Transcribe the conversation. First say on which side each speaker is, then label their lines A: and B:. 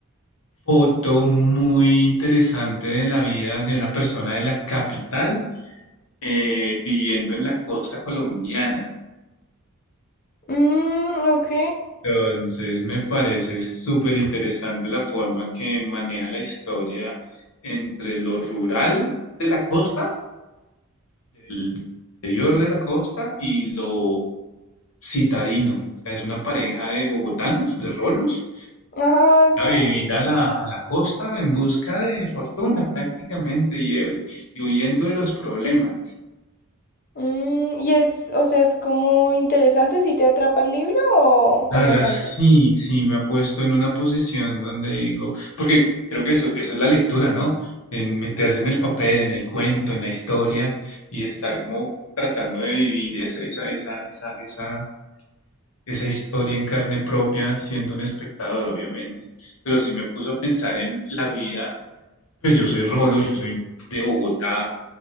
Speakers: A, on the left; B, on the left.
A: foto muy interesante de la vida de una persona de la capital eh, viviendo en la costa colombiana.
B: Mmm, ok.
A: Entonces me parece súper interesante la forma que maneja la historia entre lo rural de la costa, del interior de la costa y lo citadino. O sea, es una pareja de bogotanos, de rolos,
B: Ajá, sí.
A: a vivir a la, a la costa en busca de fortuna prácticamente y, y huyendo de los problemas.
B: Mm, y es, o sea, es como interesante si te atrapa el libro o,
A: La
B: o
A: verdad,
B: no tanto.
A: sí, sí, me ha puesto en una posición donde digo, porque creo que eso, eso es la lectura, ¿no? En meterse en el papel, en el cuento, en la historia y estar como tratando de vivir esa, esa, esa, esa, esa, esa historia en carne propia, siendo un espectador, obviamente. Pero sí me puso a pensar en la vida, pues yo soy Rolo, yo soy de Bogotá,